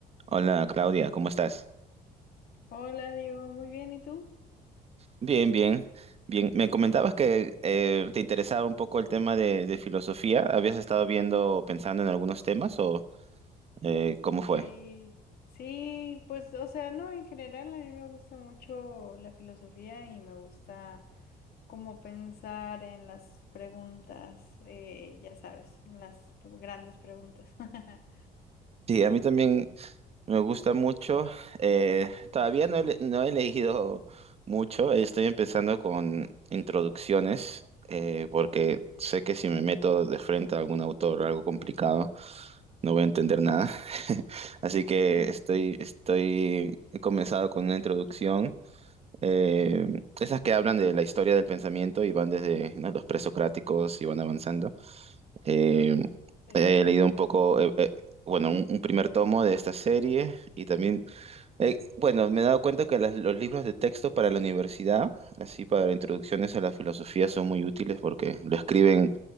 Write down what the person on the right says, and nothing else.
Hola Claudia, ¿cómo estás?
Bien, bien, bien. Me comentabas que eh, te interesaba un poco el tema de, de filosofía. ¿Habías estado viendo, pensando en algunos temas o eh, cómo
fue?
Sí, a mí también me gusta mucho. Eh, todavía no he, le- no he leído mucho. Estoy empezando con introducciones eh, porque sé que si me meto de frente a algún autor o algo complicado, no voy a entender nada. <laughs> Así que
estoy, estoy, he comenzado con una introducción. eh, esas que hablan de la historia del pensamiento y van desde, ¿no? los presocráticos y van avanzando. Eh,
he leído un poco, eh, eh, bueno, un, un primer tomo de esta serie y también, eh, bueno, me he dado cuenta que las- los libros de texto para la universidad, así para introducciones a la filosofía, son muy útiles porque lo escriben